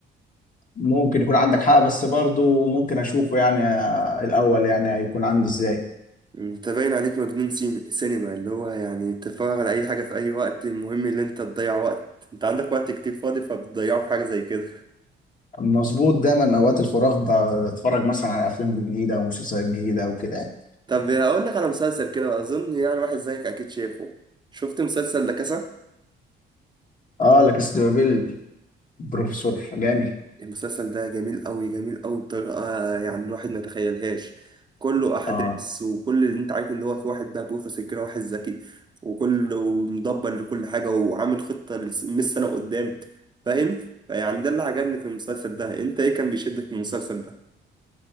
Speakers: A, on the left; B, on the right.
A: ممكن يكون عندك حق بس برضو ممكن أشوفه يعني آه، الأول يعني هيكون عامل إزاي
B: أنت باين عليك مجنون سين- سينما اللي هو يعني تتفرج على أي حاجة في أي وقت المهم إن أنت تضيع وقت أنت عندك وقت كتير فاضي فبتضيعه في حاجة زي كده
A: مظبوط دايما اوقات الفراغ بتفرج مثلا على افلام جديده او مسلسلات جديده او كده يعني
B: طب أقول لك على مسلسل كده أظن يعني واحد زيك أكيد شايفه شفت مسلسل لا كاسا؟
A: اه لا كاس دي بابيل بروفيسور جامد
B: المسلسل ده جميل قوي جميل قوي بطريقة آه، يعني الواحد ما يتخيلهاش كله أحداث
A: اه
B: وكل اللي أنت عارف إن هو في واحد بقى بروفيسور كده واحد ذكي وكله مدبر لكل حاجة وعامل خطة لس- 100 سنة قدام فاهم؟ فيعني ده اللي عجبني في المسلسل ده أنت إيه كان بيشدك في المسلسل ده؟